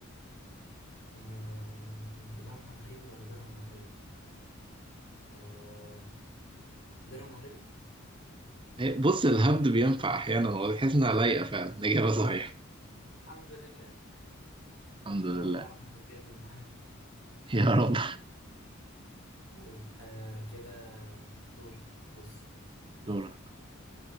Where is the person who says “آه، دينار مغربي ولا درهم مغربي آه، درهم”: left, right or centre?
Left